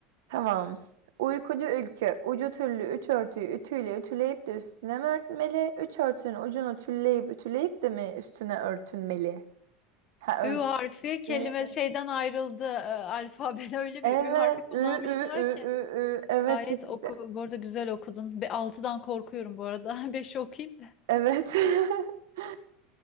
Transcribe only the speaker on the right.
Tamam. Uykucu ülke ucu tüllü üç örtüyü ütüyle ütüleyip de üstüne mi örtmeli? Üç örtünün ucunu tülleyip ütüleyip de mi üstüne örtünmeli? Ha
örtmeli.
Evet.
Ü, ü, ü,
ü, ü. Evet
kesinlikle.
Evet. <laughs>